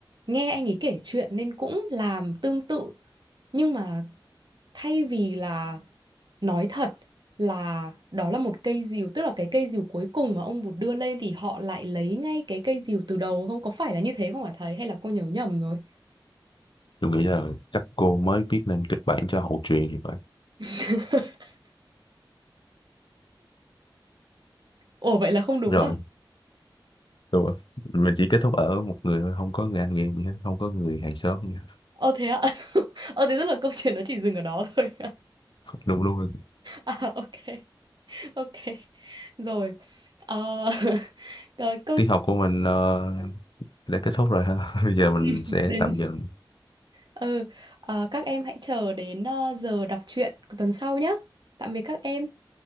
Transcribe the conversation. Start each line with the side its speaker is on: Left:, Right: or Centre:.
Right: Nghe anh ấy kể chuyện nên cũng làm tương tự. Nhưng mà thay vì là nói thật là đó là một cây dìu, tức là cái cây dìu cuối cùng mà ông Bụt đưa lên thì họ lại lấy ngay cái cây dìu từ đầu không? Có phải là như thế không hả thầy? Hay là cô nhớ nhầm rồi?
Left: Tôi nghĩ là chắc cô mới viết nên kịch bản cho hậu truyện thì phải.
Right: <laughs> Ồ vậy là không đúng
Left: Rồi,
Right: à?
Left: rồi. Mình chỉ kết thúc ở một người thôi, không có người anh em gì hết, không có người hàng xóm gì hết.
Right: Ờ thế ạ. <laughs> Ờ thế tức là câu chuyện nó chỉ dừng ở đó thôi. <laughs>
Left: đúng luôn
Right: À ok. Ok. Rồi. Ờ, <laughs> ờ, câu
Left: tiết học của mình ờ, đã kết thúc rồi ha <laughs> bây giờ mình
Right: <laughs>
Left: sẽ
Right: đến
Left: tạm dừng
Right: ừ, ờ, các em hãy chờ đến ờ, giờ đọc truyện của tuần sau nhé. Tạm biệt các em.